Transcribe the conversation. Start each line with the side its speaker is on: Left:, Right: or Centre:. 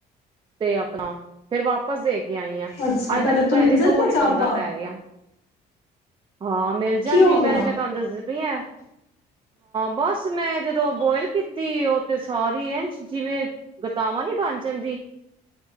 Right: ਤੇ ਆਪਣਾ ਫੇਿਰ ਵਾਪਸ ਦੇ ਕੇ ਆਈਆਂ
Left: ਅੱਛਾ ਤੁਹਾਡੇ
Right: ਅੱਜ ਮੈਨੂੰ
Left: ਉੱਥੋਂ
Right: ਭੈਣ
Left: ਮਿਲ
Right: ਜੀ
Left: ਜਾਂਦੀਆਂ
Right: ਦੋ ਵਾਰੀ
Left: ਚਾਂਪਾਂ
Right: ਪੰਗਾ ਪੈ ਗਿਆ। ਹਾਂ ਮਿਲ ਜਾਂਦੀ
Left: ਕੀ ਹੋ
Right: ਪਹਿਲੇ
Left: ਗਿਆ
Right: ਮੈਂ ਤੁਹਾਨੂੰ ਦੱਸਦੀ ਹਾਂ ਬਸ ਮੈਂ ਜਦੋਂ ਬੋਇਲ ਕੀਤੀ ਉਹ ਤੇ ਸਾਰੀ ਐ ਜਿਵੇਂ ਗਤਾਵਾਂ ਨੀ ਬਣ ਜਾਂਦੀ